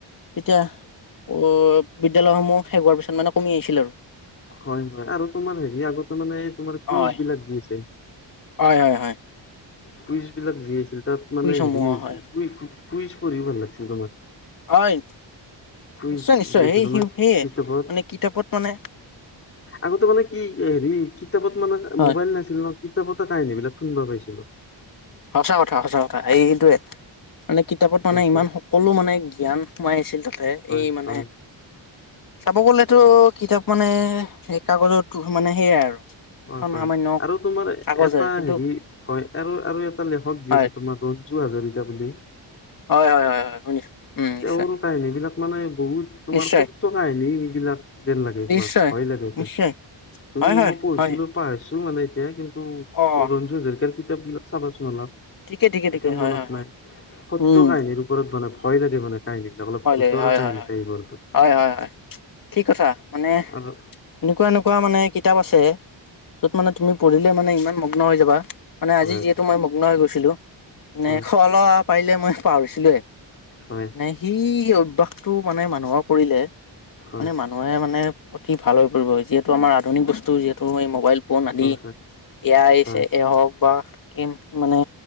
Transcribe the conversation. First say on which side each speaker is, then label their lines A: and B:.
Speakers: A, on the left; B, on the left.
A: তেতিয়া অ', বিদ্যালয়সমূহ শেষ হোৱাৰ পিছত মানে কমি আহিছিল আৰু।
B: হয় হয় আৰু তোমাৰ হেৰি আগতে মানে তোমাৰ কুইচবিলাক
A: হয়,
B: দি আছে।
A: হয়, হয়, হয়।
B: কুইজবিলাক দি আছিল তাত মানে
A: কুইজসমূহ
B: হেৰি হৈছিল
A: হয়,
B: কুই- কুইজ কৰি ভাল লাগিছিল তোমাৰ।
A: হয়,
B: কুইজ
A: নিশ্চয়, নিশ্চয়
B: যি আছে
A: সেই
B: তোমাৰ
A: সেয়ে
B: কিতাপত
A: মানে কিতাপত মানে
B: আগতে মানে কি হেৰি কিতাপত মানে
A: হয়,
B: মোবাইল নাছি ন কিতাপতে কাহিনীবিলাক শুনিব পাইছিলোঁ।
A: সঁচা কথা, সঁচা কথা এইটোৱে। মানে কিতাপত
B: সেইটোৱে
A: মানে ইমান সকলো মানে জ্ঞান সোমাই আছিল তাতে
B: হয়
A: এই মানে
B: হয়
A: চাব গ'লেতো কিতাপ মানে <unintelligible> কাগজত মানে সেয়াই আৰু।
B: হয়
A: এখন
B: হয়
A: সামান্য
B: আৰু তোমাৰ এটা
A: কাগজে কিন্তু
B: হেৰি হয়, আৰু, আৰু এটা লেখক দি
A: হয়,
B: আছে তোমাক ৰঞ্জু হাজৰিকা বুলি।
A: হয়, হয়, হয়, হয়, শুনিছোঁ। উম, নিশ্চয়,
B: তেওঁৰ কাহিনীবিলাক মানে বহুত তোমাৰ
A: নিশ্চয়,
B: সত্য কাহিনী এইগিলাক। যেন লাগে কোৱা
A: নিশ্চয়,
B: ভয় লাগে হয়,
A: নিশ্চয়,
B: তুমি
A: হয়, হয়,
B: মই পঢ়িছিলোঁ
A: হয়,
B: পাহৰছোঁ মানে এতিয়া কিন্তু
A: অ',
B: ৰঞ্জু হাজৰিকাৰ কিতাপবিলাক চাবাচোন অলপ।
A: ঠিকে, ঠিকে,
B: এতিয়া
A: ঠিকে,
B: মনত
A: হয়, হয়,
B: নাই,
A: হয়,
B: সত্য
A: উম,
B: কাহিনীৰ ওপৰত বনাই ভয় লাগে মানে কাহিনী। বিলাক অলপ
A: ভয়
B: ভূতৰ
A: লাগে হয়,
B: কাহিনী
A: হয়,
B: টাইপৰ
A: হয়, হয়, হয়, কি কথা মানে
B: আৰু
A: এনেকুৱা, এনেকুৱা মানে কিতাপ আছে য'ত মানে তুমি পঢ়িলে মানে ইমান মগ্ন হৈ যাবা মানে আজি
B: হয়
A: যিহেতু মই মগ্ন হৈ গৈ ছিলোঁ মানে
B: হয়
A: খোৱা লোৱা পাৰিলে মই পাহৰিছিলোঁয়ে
B: হয়
A: <unintelligible> সেই অভ্যাসটো মানে মানুহৰ কৰিলে
B: হয়
A: মানে মানুহে মানে অতি ভাল হৈ পৰিব, যিহেতু আমাৰ আধুনিক বস্তু যিহেতু এই মোবাইল <unintelligible> আদি
B: হয় হয়
A: এ আই
B: হয়
A: <unintelligible> এ, হওঁক বা গেম মানে